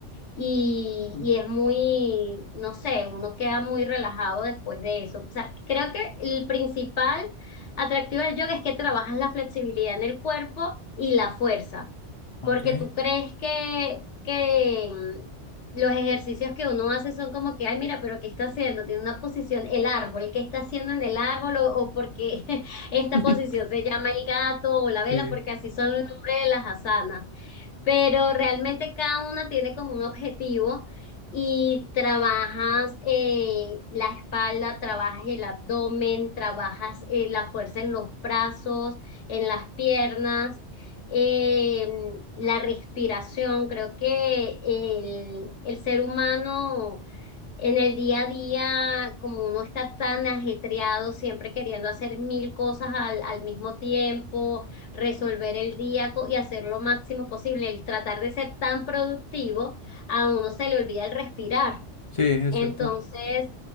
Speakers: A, on the left (about 70°); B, on the left (about 40°).
A: y, y es muy, no sé, uno queda muy relajado después de eso. O sea, creo que el principal atractivo del yoga es que trabajas la flexibilidad en el cuerpo y la fuerza,
B: Ok.
A: porque tú crees que, que mm, los ejercicios que uno hace son como que, ay, mira, pero ¿qué está haciendo? Tiene una posición, el árbol, ¿qué está haciendo en el árbol? O, o porque <laughs> esta
B: <laughs>
A: posición se llama el gato o la vela,
B: Sí,
A: porque así son el nombre de las asanas pero realmente cada una tiene como un objetivo y trabajas eh, la espalda, trabajas el abdomen, trabajas eh, la fuerza en los brazos, en las piernas, eh, la respiración. Creo que el, el ser humano en el día a día, como uno está tan ajetreado, siempre queriendo hacer mil cosas al, al mismo tiempo, resolver el día co- y hacer lo máximo posible, el tratar de ser tan productivo, a uno se le olvida el respirar.
B: sí, es
A: Entonces,
B: cierto.